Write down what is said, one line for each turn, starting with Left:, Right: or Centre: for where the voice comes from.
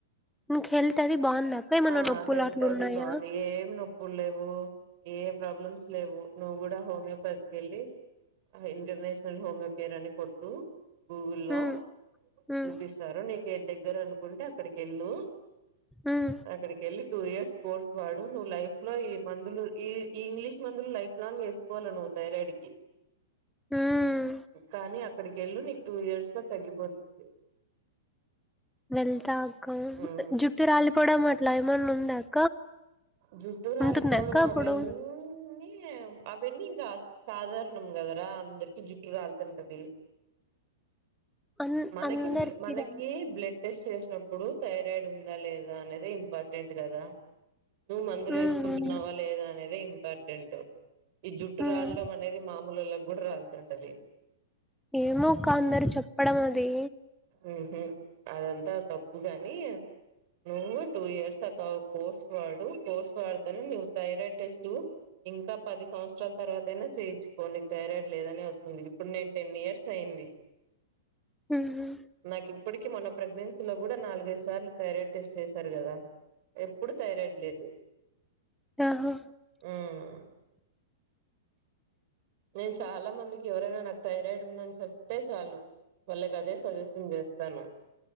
Centre: నీకు హెల్త్ అది బావుందా అక్క? ఏమన్నా
Right: ఆ
Centre: నొప్పులు
Right: హెల్త్
Centre: అట్లున్నాయా?
Right: అది బాగుంది ఏమ్ ను నొప్పులు లేవు ఏ ఏ ప్రాబ్లమ్స్ లేవు నువ్వు కూడా హోమియోపతికి వెళ్ళి ఇంటర్నేషనల్ హోమియోకేర్ అని కొట్టు గూగుల్లో
Centre: హ్మ్.
Right: లో
Centre: హ్మ్.
Right: చూపిస్త సారు నీక దగ్గర అనుకుంటే అక్కడికి వెళ్ళు
Centre: ఉం
Right: అక్కడికెళ్ళి టూ ఇయర్స్ కోర్స్ వాడు నువ్వు లైఫ్లో ఈ మందులు ఈ ఈ ఇంగ్లీష్ మందులు లైఫ్ లాంగ్ వేస్త కోవాలా నువు థైరాయిడ్కి
Centre: హ్మ్.
Right: కానీ అక్కడికెళ్ళు నీకు టూ ఇయర్స్లో తగ్గిపోతుంది
Centre: వెళ్తా అక్క
Right: ఉమ్
Centre: జుట్టు రాలిపోవడం అట్లా ఏమన్నా ఉంద అక్క
Right: జుట్టు రాలిపోవడము
Centre: ఉంటుందా అక్క అప్పుడు?
Right: అవన్నీ అవన్నీ ఇంకా సాధారణం గదరా అందర్కి జుట్టు రాళ్తుంటది
Centre: అన్
Right: మనకి
Centre: అందరికీ
Right: బ్ల మనకి
Centre: రా
Right: బ్లడ్ టెస్ట్ చేస్నప్పుడు థైరాయిడ్ ఉందా లేదా అనేది ఇంపార్టెంట్ గదా నువ్వు మందులు
Centre: హ్మ్.
Right: వేసుకుంటున్నావా
Centre: హ్మ్.
Right: లేదా అనేది ఇంపార్టెంట్ ఈ జుట్టు
Centre: హ్మ్.
Right: రాలడం అ అనేది మామూలులొల్లకి కూడా రాళ్తుంటది
Centre: ఏమో అక్క అందరు చెప్పడం అది
Right: ఉ హుమ్ అదంతా తప్పుగాని నువ్వు టూ ఇయర్స్ సక్కగా కోర్స్ వాడు కోర్స్ వాడ్తేనే థైరయిడ్ టెస్టూ ఇంకా పది సంవత్సరాల్ తర్వాత అయినా చేయించుకోండి థైరాయిడ్ లేదనేవస్తుంది ఇప్పుడు నేన్ టెన్ఇయర్స్ అయింది
Centre: హూ హుమ్
Right: నాకు ఇప్పటికీ మొన్న ప్రెగ్నెన్సీలో కూడా నాలుగైదు సార్లు థైరాయిడ్ టెస్ట్ చేశారు కదా ఎప్పుడు థైరాయిడ్ లేదు
Centre: ఆహో
Right: ఉం నేను చాలా మందికి ఎవరైనా నాకు థైరాయిడ్ ఉందని చెప్తే చాలు వాళ్ళక్ అదే సజెషన్ జేస్తాను